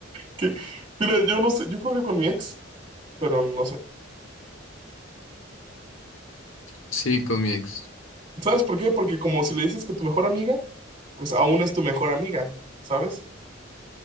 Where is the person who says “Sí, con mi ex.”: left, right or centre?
Left